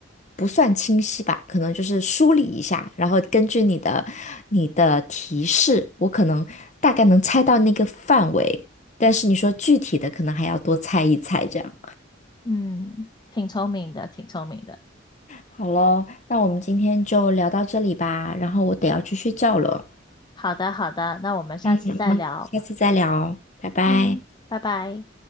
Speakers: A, on the left (about 35°); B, on the left (about 20°).
A: 不算清晰吧，可能就是梳理一下，然后根据你的你的提示，我可能大概能猜到那个范围，但是你说具体的，可能还要多猜一猜这样。
B: 嗯，挺聪明的，挺聪明的。
A: 好了，那我们今天就聊到这里吧，然后我得要去睡觉了，
B: 好的，好的，那我们下次再聊。
A: 我们下次再聊，拜拜。
B: 嗯，拜拜。